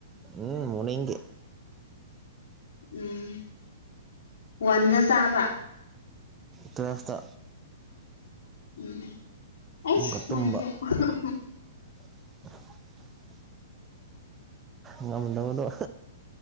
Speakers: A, on the right; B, on the left.
A: ꯎꯝ ꯃꯣꯔꯅꯤꯡꯒꯤ
B: ꯎꯝ ꯋꯥꯟꯗ ꯆꯥꯕ
A: ꯇꯨꯌꯦꯐꯇꯥ
B: ꯎꯝ ꯎꯝ ꯑꯁ
A: ꯑꯃꯨꯛꯀ ꯇꯨꯝꯕ
B: <unintelligible>
A: <unintelligible> ꯉꯝꯗꯕꯗꯣ